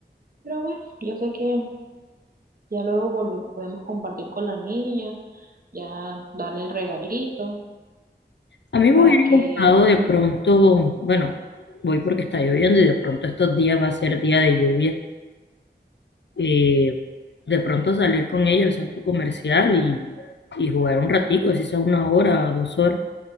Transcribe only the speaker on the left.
A mí
me hubiera
gustado de pronto, bueno, voy porque está lloviendo y de pronto estos días va a ser día de lluvia. eh, de pronto salir con ella al centro comercial y, y jugar un ratico, así sea una hora, dos horas,